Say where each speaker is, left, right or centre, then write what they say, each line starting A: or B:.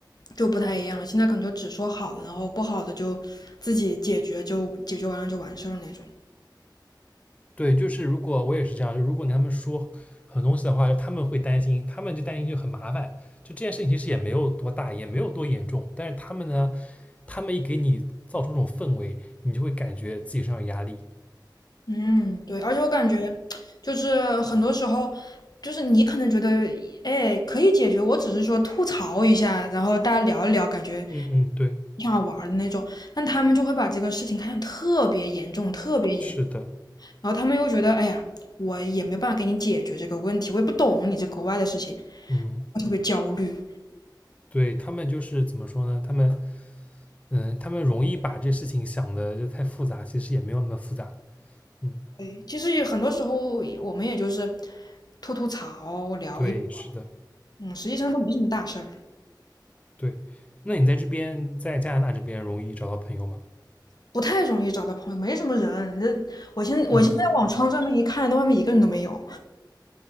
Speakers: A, on the left; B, on the left.
A: 就不太一样了，现在可能就只说好了，然后不好的就自己解决，就解决完了就完事儿那种。
B: 对，就是如果我也是这样，就如果你跟他们说很多东西的话，他们会担心，他们就担心就很麻烦。就这件事情其实也没有多大，也没有多严重，但是他们呢，他们一给你造成这种氛围，你就会感觉自己身上有压力。
A: 嗯，对，而且我感觉就是很多时候，就是你可能觉得，哎，可以解决，我只是说吐槽一下，然后大家聊一聊，感觉
B: 嗯嗯，对，
A: 挺好玩儿的那种，但他们就会把这个事情看得特别严重，特别严，
B: 是的，
A: 然后他们又觉得，哎呀，我也没办法给你解决这个问题，我也不懂你这国外的事情，
B: 嗯。
A: 我特别焦虑。
B: 对，他们就是怎么说呢？他们嗯，他们容易把这事情想的就太复杂，其实也没有那么复杂。嗯，
A: 对，其实也很多时候我们也就是吐吐槽，聊一，
B: 对，是的，
A: 嗯，实际上都没什么大事儿。
B: 对。那你在这边，在加拿大这边容易找到朋友吗？
A: 不太容易找到朋友，没什么人。这我现我现在往窗这面一看，
B: 嗯，
A: 那外面一个人都没有。